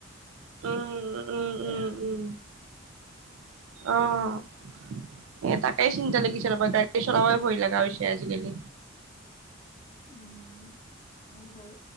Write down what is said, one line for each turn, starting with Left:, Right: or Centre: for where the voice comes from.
Right: উ উম,
Left: সেইটোয়ে
Right: উম,
Left: আৰু
Right: উম। অ'। এ তাকাই চিন্তা লাগিছে ৰপা গাড়ীতো চলাব ভয় লগা হৈছে আজিকালি।
Left: উম হয় বাৰু।